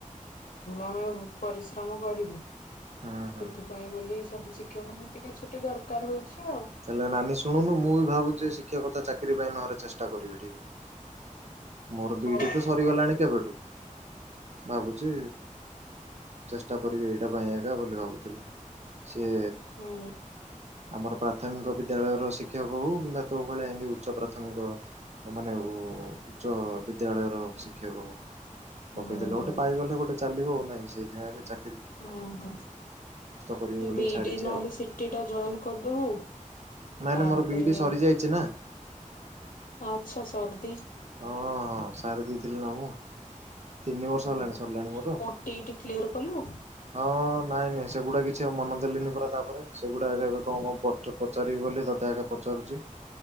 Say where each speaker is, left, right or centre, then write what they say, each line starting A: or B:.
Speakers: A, on the left; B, on the right.
A: ଆମେ ପରିଶ୍ରମ କରିବୁ
B: ହଁ ହଁ
A: ସେଥିପାଇଁ ବୋଲି ଶିକ୍ଷକଙ୍କ ଟିକେ ଛୁଟି ଦରକାର ହଉଛି। ଆଉ
B: ତାଲେ ନାନୀ ଶୁଣୁନୁ ମୁଁ ବି ଭାବୁଛି ଶିକ୍ଷକତା ଚାକିରି ପାଇଁ ନହେଲେ ଚେଷ୍ଟା କରିବି ଟିକେ ମୋର ବିଟି
A: ହୁଁ
B: ତ ସରିଗଲାଣି କେବେଠୁ ଭାବୁଛି ଚେଷ୍ଟା କରିବି ଏଇଟା ପାଇଁ ଏକା ବୋଲି ଭାବୁଥିଲି। ସେ
A: ହୁଁ
B: ଆମର ପ୍ରାଥମିକ ବିଦ୍ୟାଳୟର ଶିକ୍ଷକ ହେଉ କିମ୍ବା ତୋ ଭଳିଆ ଏମିତି ଉଚ୍ଚ ପ୍ରାଥମିକ ମାନେ ଉଚ୍ଚ ବିଦ୍ୟାଳୟର ଶିକ୍ଷକ ହୋଉ
A: ହୁଁ
B: ପକେଇଦେଲେ
A: ହୁଁ
B: ଗୋଟେ ପାଇଗଲେ ଗୋଟେ ଚାଲିବ ଆଉ ନାଇଁ ସେଇଥିପାଇ ବି ଚା
A: ଓ ହଁ
B: କରିବି ବୋଲି
A: ବି-ଇ-ଡି
B: ଛାଡିଛି
A: ନହେଲେ
B: ଆଉ
A: ସି-ଟି ଟା ଜଏନ୍ କରିଦବୁ
B: ନାଇଁ
A: ତାପରେ
B: ନାଇ ମୋର ବି-ଇ-ଡି ସରିଯାଇଛି ନା।
A: ଆଚ୍ଛା ସର
B: ହଁ ହଁ ସାରି ଦେଇଥିଲି ନା ମୁଁ। ତିନି ବର୍ଷ
A: ଓହୋ
B: ହେଲାଣି ସରିଲାଣି ମୋର
A: ଓଟିଇଟି କ୍ଲିୟର କଲୁ
B: ହଁ ନାଇଁ ନାଇଁ ସେଗୁଡା କିଛି ମନ ଦେଲିନି ପରା ତାପରେ ସେଗୁଡ଼ା ଏରା କଣ କଣ ପଚାରିବି ବୋଲି ତତେ ଆଗେ ପଚାରୁଛି।